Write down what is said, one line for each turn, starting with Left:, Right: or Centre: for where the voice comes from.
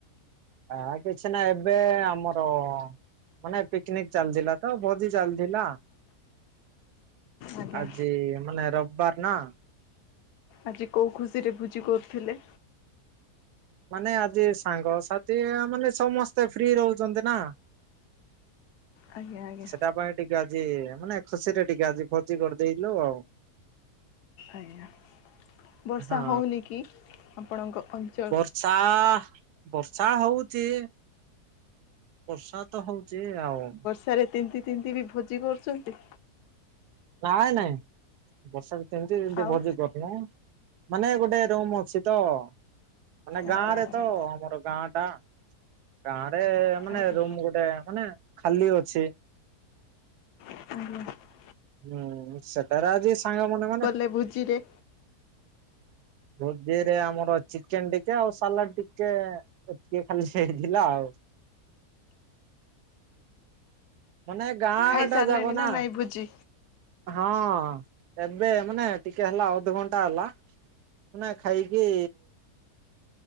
Right: ଆ କିଛି ନା ଏବେ ଆମର ମାନେ ପିକନିକ ଚାଲିଥିଲା ତ ଭୋଜି ଚାଲିଥିଲା।
Left: ଆଜ୍ଞା।
Right: ଆଜି ମାନେ ରବବାର ନା।
Left: ଆଜି କେଉଁ ଖୁସିରେ ଭୋଜି କରୁଥିଲେ?
Right: ମାନେ ଆଜି ସାଙ୍ଗସାଥି ମାନେ ସମସ୍ତେ ଫ୍ରି ରହୁଚନ୍ତି ନା।
Left: ଆଜ୍ଞା ଆଜ୍ଞା
Right: ସେଟା ପାଇଁ ଟିକେ ଆଜି ମାନେ ଖୁସିରେ ଟିକେ ଆଜି ଭୋଜି କରିଦେଇଚୁ ଆଉ।
Left: ଆଜ୍ଞା ବର୍ଷା
Right: ହଁ
Left: ହେଉନି କି ଆପଣଙ୍କ ଅ
Right: ବର୍ଷା ବର୍ଷା ହଉଚି। ବର୍ଷା ତ ହଉଚି ଆଉ
Left: ର୍ଷା ରେ ତିନ୍ତି ତିନ୍ତି ବି ଭୋଜି କରୁଚନ୍ତି?
Right: ନାଇଁ ନାଇଁ ବର୍ଷା ବି ସେମିତି <unintelligible>
Left: ଆଉ
Right: ମାନେ ଗୋଟେ ରୁମ ଅଛି ତ ମାନେ
Left: ଆଜ୍ଞା
Right: ଗାଁ ରେ
Left: ଆଜ୍ଞା।
Right: ତ ଆମର ଗାଁ ଟା ଗାଁ ରେ ମାନେ
Left: ଆଜ୍ଞା
Right: ରୁମ ଗୋଟେ ମାନେ ଖାଲି ଅଛି।
Left: ହୁଁ ହୁ।
Right: ହୁଁ ସେଟାରେ ଆଜି ସାଙ୍ଗ ମନେ ମାନେ
Left: ଏ ଭୋଜିରେ
Right: ଭୋଜିରେ ଆମର ଚିକେନ ଟିକେ ଆଉ ସାଲାଡ ଟିକେ ଏତିକି ଖାଲି ହେଇଥିଲା ଆଉ। ମାନେ ଗାଁ
Left: ଖାଇସାରିଲେଣି
Right: ଟା ଜାକ ନା।
Left: ନାଇଁ ଭୋଜି?
Right: ହଁ ଏବେ ମାନେ ଟିକେ ହେଲା ଅଧଘଣ୍ଟା ହେଲା ନା ଖାଇକି